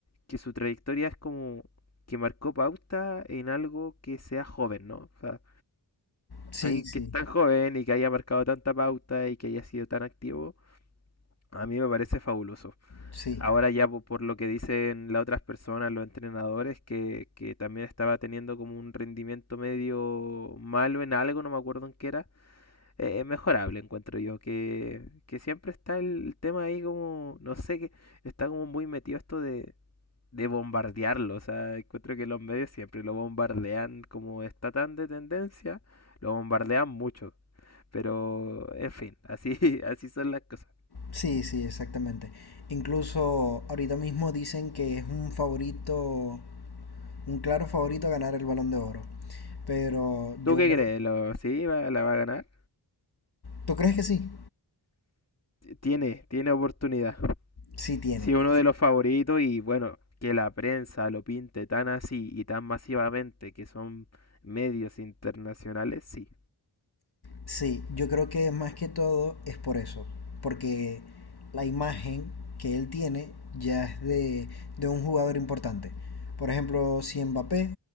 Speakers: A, on the left; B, on the left.
A: que su trayectoria es como que marcó pauta en algo que sea joven, ¿no? O sea,
B: Sí,
A: alguien
B: sí,
A: que es tan joven y que haya marcado tanta pauta y que haya sido tan activo, a mí me parece fabuloso.
B: sí,
A: Ahora ya po- por lo que dicen las otras personas, los entrenadores, que, que también estaba teniendo como un rendimiento medio malo en algo, no me acuerdo en qué era eh, es mejorable, encuentro yo, que, que siempre está el, el tema ahí como, no sé, que está como muy metido esto de, de bombardearlo, o sea, encuentro que los medios siempre lo bombardean, como está tan de tendencia, lo bombardean mucho, pero en fin, así, <laughs> así son las cosas.
B: sí, sí, exactamente. Incluso ahorita mismo dicen que es un favorito, un claro favorito a ganar el Balón de Oro. Pero
A: ¿Tú
B: yo
A: qué
B: lo...
A: crees? ¿Lo, sí, va- la va a ganar?
B: ¿Tú crees que sí?
A: Tiene, tiene oportunidad. <laughs>
B: Sí tiene.
A: Sí, uno
B: sí,
A: de los favoritos y bueno, que la prensa lo pinte tan así y tan masivamente que son medios internacionales, sí.
B: Sí, yo creo que más que todo es por eso, porque la imagen que él tiene ya es de, de un jugador importante. Por ejemplo, si Mbappé